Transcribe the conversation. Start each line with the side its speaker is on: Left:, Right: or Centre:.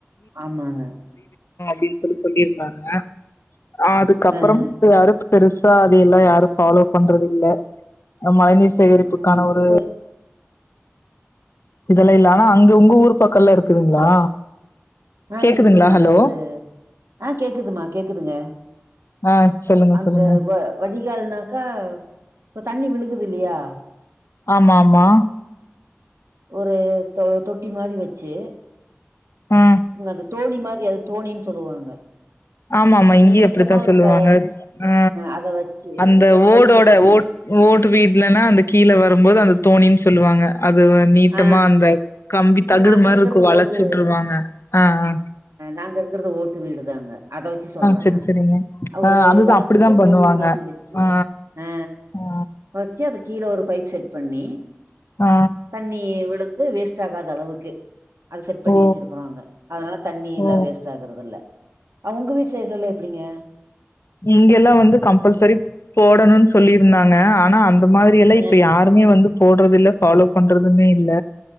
Right: ஆமாங்க
Left: அப்டின்னு சொல்லி சொல்லிருந்தாங்க ஆ <unintelligible>
Right: ஆஹ
Left: யாரு பெருசா அது எல்லா யாரும் ஃபாலோ பண்றது இல்ல மழைநீர் சேகரிப்புக்கான
Right: ம்
Left: ஒரு
Right: இப்ப
Left: இதெல்லா இல்ல ஆனா அங் உங்க ஊர் பக்கலா இருக்கு இருக்குதுங்களா
Right: ஹலோ ஆ
Left: கேக்குதுங்களா
Right: இருக்குங்க
Left: ஹலோ
Right: இந்த ஒரு ஆ கேக்குதுமா கேக்குதுங்க
Left: ஆ சொல்லுங்க
Right: அந்த
Left: சொல்லுங்க
Right: வ வடிகால்னாக்கா தண்ணி விழுகுது இல்லியா
Left: ஆமா ஆமா
Right: ஒரு தொ தொட்டி மாரி வச்சு
Left: ஆ
Right: இந்த தோனி மாரி அத தோனின் சொல்லுவாங்க
Left: ஆமா ஆமா
Right: இப்ப
Left: இங்கயு
Right: நீட்டமா
Left: அப்பிடி தா
Right: ஒரு
Left: சொல்லுவாங்க
Right: ப
Left: ஆ
Right: அத வச்சு
Left: அந்த
Right: ஒரு பைப்
Left: ஓடோட
Right: செட் பண்ணி
Left: ஓட
Right: விட்ரு
Left: ஓட்டு வீட்லனா அந்த கீழ வரும்போது அந்த தோனின் சொல்லுவாங்க அது வ நீட்டமா
Right: ஆ
Left: அந்த கம்பி
Right: இப்ப
Left: தகுடு
Right: நாங்க
Left: மாரி
Right: இருக்கறது
Left: இருக்கு வளைச்சுவுட்ருவாங்க
Right: ஓட்டு
Left: ஆ அ
Right: நாங்க இருக்கறது ஓட்டு வீடுதாங்க அத வெச்சி சொல்றேக
Left: சரி சரிங்க
Right: அ
Left: ஆ
Right: ஒரு
Left: அதுதா
Right: வளைச்சிவிட்டு
Left: அப்படிதா பண்ணுவாங்க
Right: தோனி மாரி வெச்சி
Left: ஆ
Right: அ
Left: ஆ
Right: வெச்சி அது கீழ ஒரு பைப் செட் பண்ணி
Left: ஆ
Right: தண்ணி விலுந்து வேஸ்ட் ஆகாத அளவுக்கு அது செட் பண்ணி
Left: ஓ
Right: வெச்சிறுக்கிறாங்க அதனால தண்ணில்லா
Left: ஓ
Right: வேஸ்ட் ஆகுறது இல்ல அவுங்க வீட்டு சைட்லெல்லா எப்பிடிங்க
Left: இங்க எல்லா வந்து கம்பெல்செரி போடணுன்னு சொல்லிருந்தாங்க ஆனா அந்த மாரி எல்லா
Right: அ
Left: இப்ப யாருமே வந்து போடறது இல்ல ஃபாலோ பண்றதுமே இல்ல